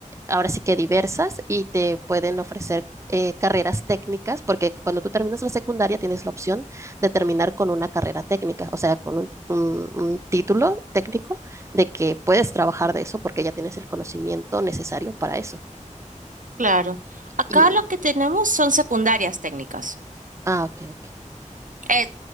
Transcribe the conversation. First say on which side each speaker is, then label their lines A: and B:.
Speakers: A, on the right; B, on the right.
A: ahora sí que diversas y te pueden ofrecer eh, carreras técnicas, porque cuando tú terminas la secundaria tienes la opción de terminar con una carrera técnica, o sea, con un, un- un título técnico de que puedes trabajar de eso porque ya tienes el conocimiento necesario para eso.
B: claro. Acá
A: Y,
B: lo que tenemos son secundarias técnicas.
A: ah, ok, ok.
B: Eh,